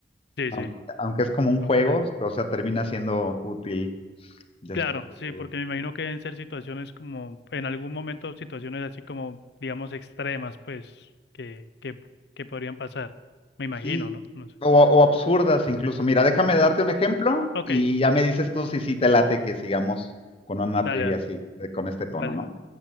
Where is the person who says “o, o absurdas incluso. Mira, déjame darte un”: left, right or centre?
Left